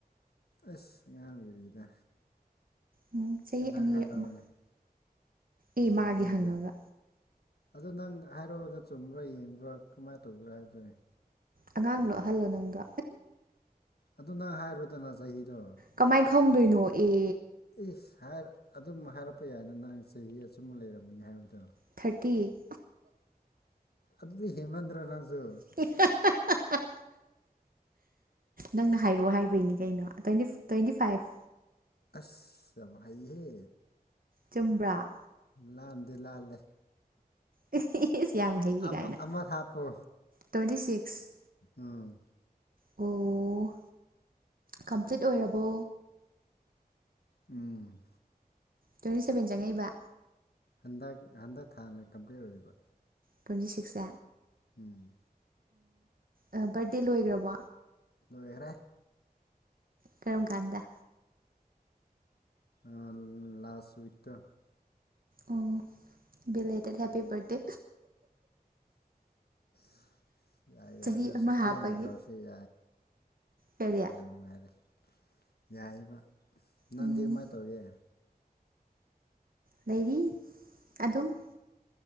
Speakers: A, on the left (about 85°); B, on the right (about 65°).
A: ꯑꯁ ꯑꯉꯥꯡ ꯑꯣꯏꯔꯤꯗ
B: ꯎꯝ ꯆꯍꯤ
A: ꯅꯪ
B: ꯑꯅꯤ
A: ꯍꯥꯏꯔꯛꯑꯣꯅꯦ
B: ꯑꯃ ꯑꯦ
A: ꯑꯩ
B: ꯃꯥꯒꯤ
A: ꯈꯣꯟꯖꯦꯜꯗꯣ
B: ꯍꯪꯉꯒ
A: ꯑꯗꯣ ꯅꯪ ꯍꯥꯏꯔꯛꯑꯣ ꯆꯨꯝꯕ꯭ꯔꯥ ꯌꯦꯡꯕ꯭ꯔꯥ ꯀꯃꯥꯏꯅ ꯇꯧꯕ꯭ꯔꯥ ꯍꯥꯏꯕꯗꯨꯅꯤ
B: ꯑꯉꯥꯡ ꯂꯣ ꯑꯍꯜꯂꯣ ꯅꯪꯗꯣ
A: ꯑꯗꯨ ꯅꯪ ꯍꯥꯏꯔꯨꯗꯅ ꯆꯍꯤꯗꯣ
B: ꯀꯃꯥꯏ ꯈꯪꯗꯣꯏꯅꯣ ꯑꯦ
A: ꯏꯁ ꯑꯗꯨꯝ ꯍꯥꯏꯔꯛꯄ ꯌꯥꯏꯅ ꯅꯪ ꯆꯍꯤ ꯑꯆꯨꯝꯕ ꯂꯩꯔꯝꯒꯅꯤ ꯍꯥꯏꯕꯗꯣ
B: ꯊꯥꯔꯇꯤ
A: ꯑꯗꯨꯗꯤ ꯍꯦꯠꯃꯟꯗ꯭ꯔ ꯅꯪꯁꯨ
B: <unintelligible> <unintelligible> ꯅꯪꯅ ꯍꯥꯏꯔꯛꯑꯣ ꯍꯥꯏꯕꯩꯅꯤ ꯀꯩꯅꯣ ꯇ꯭ꯋꯦꯟꯇꯤ ꯇ꯭ꯋꯦꯟꯇꯤ ꯐꯥꯏꯚ
A: ꯑꯁ ꯌꯥꯝ ꯍꯩꯍꯦ
B: ꯆꯨꯝꯕ꯭ꯔꯥ
A: ꯂꯥꯟꯗꯤ ꯂꯥꯜꯂꯦ
B: <unintelligible> ꯏꯁ ꯌꯥꯝ ꯍꯩꯒ
A: ꯑꯃ
B: ꯀꯥꯏꯅ
A: ꯑꯃ ꯍꯥꯞꯄꯣ
B: ꯇ꯭ꯋꯦꯟꯇꯤ ꯁꯤꯛꯁ
A: ꯎꯝ
B: ꯑꯣ ꯀꯝꯄ꯭ꯂꯤꯠ ꯑꯣꯏꯔꯕꯣ
A: ꯎꯝ
B: ꯇ꯭ꯋꯦꯟꯇꯤ ꯁꯕꯦꯟ ꯆꯪꯛꯏꯕ
A: ꯍꯟꯗꯛ ꯍꯟꯗꯛ ꯊꯥꯅ ꯀꯝꯄ꯭ꯂꯤꯠ ꯑꯣꯏꯔꯤꯕ
B: ꯇꯣꯏꯟꯇꯤ ꯁꯤꯛꯁꯦ
A: ꯎꯝ
B: ꯑꯣ ꯕꯔꯗꯦ ꯂꯣꯏꯈ꯭ꯔꯕꯣ
A: ꯂꯣꯏꯈ꯭ꯔꯦ
B: ꯀꯔꯝ ꯀꯥꯟꯗ
A: ꯑꯥ ꯂꯥꯁ ꯋꯤꯛꯇ
B: ꯑꯣ ꯕꯤ ꯂꯦꯇꯦꯠ ꯍꯦꯄꯤ ꯕꯔꯊꯗꯦ
A: <inaudible> ꯌꯥꯏ
B: ꯆꯍꯤ
A: ꯀꯩꯁꯨꯀꯥꯏꯗꯦ
B: ꯑꯃ ꯍꯥꯞꯄꯒꯤ ꯀꯔꯤ
A: ꯌꯥꯝ ꯅꯨꯡꯉꯥꯏꯔꯦ ꯌꯥꯏꯕ ꯅꯪꯗꯤ
B: ꯎꯝ
A: ꯀꯃꯥꯥꯏ ꯇꯧꯔꯤꯒꯦ
B: ꯂꯩꯔꯤ ꯑꯗꯨꯝ